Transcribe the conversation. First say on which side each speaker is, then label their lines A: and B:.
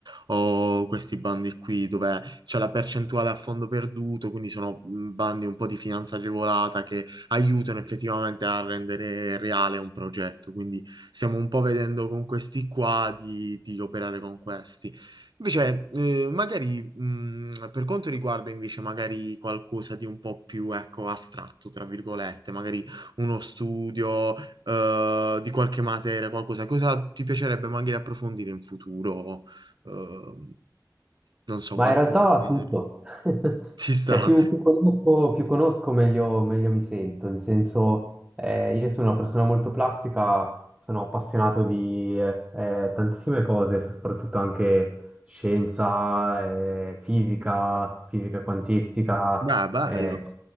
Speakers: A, on the right; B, on the right.
A: o questi bandi qui dove c'è la percentuale a fondo perduto, quindi sono mh, bandi un po' di finanza agevolata che aiutano effettivamente a rendere reale un progetto. Quindi stiamo un po' vedendo con questi qua di di operare con questi. Invece, eh, magari mh, per quanto riguarda invece magari qualcosa di un po' più, ecco, astratto, tra virgolette, magari uno studio eh, di qualche materia, qualcosa, cosa ti piacerebbe magari approfondire in futuro? Eh, non so,
B: Ma
A: qualche
B: in realtà
A: materia.
B: tutto.
A: <laughs>
B: <laughs>
A: Ci sta.
B: Cioè, più, più conosco, più conosco, meglio, meglio mi sento. In senso, eh, io sono una persona molto plastica, sono appassionato di eh, eh, tantissime cose, soprattutto anche scienza, eh, fisica, fisica quantistica,
A: Dai, bello,
B: eh,